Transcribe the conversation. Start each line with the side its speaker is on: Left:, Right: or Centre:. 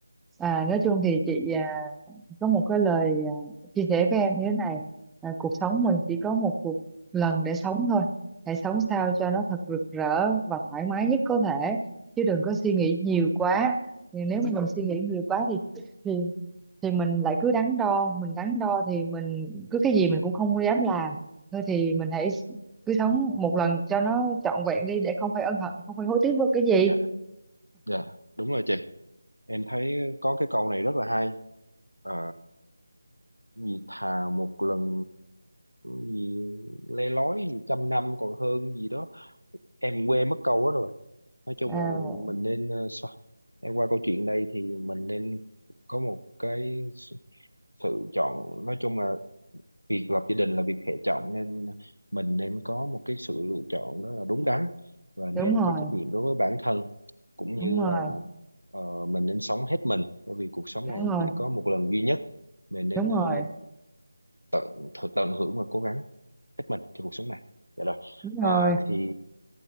Centre: À, nói chung thì chị à, có một cái lời à, chia sẻ với em như thế này à, cuộc sống mình chỉ có một cuộc lần để sống thôi hãy sống sao cho nó thật rực rỡ và thoải mái nhất có thể chứ đừng có suy nghĩ nhiều quá Nhưng nếu mà mình suy nghĩ nhiều quá thì thì thì mình lại cứ đắn đo mình đắn đo thì mình cứ cái gì mình cũng không dám làm thôi thì mình hãy cứ sống một lần cho nó trọn vẹn đi để không phải ân hận không phải hối tiếc với cái gì
Left: dạ dạ đúng rồi chị em thấy có cái câu này rất là hay Ờ, gì thà một lần gì le lói gì trăm năm còn hơn gì đó em quên mất câu đó rồi nói chung
Centre: à,
Left: là mình nên ờ, sao? em qua câu chuyện đây thì mình nên có một cái sự chọn nói chung là việc lập gia đình là việc hệ trọng nên mình nên có một cái sự lựa chọn đó là đúng đắn và nên
Centre: đúng rồi
Left: có trách nhiệm đối với bản thân cũng như
Centre: đúng rồi
Left: là ờ, mình nên sống hết mình bởi vì cuộc sống
Centre: đúng
Left: này
Centre: rồi
Left: chỉ có một lần duy nhất mình nên
Centre: đúng
Left: ờ,
Centre: rồi
Left: tận thực tận hưởng và cố gắng hết mình cho cuộc sống này dạ rồi
Centre: đúng rồi
Left: Ờ, thì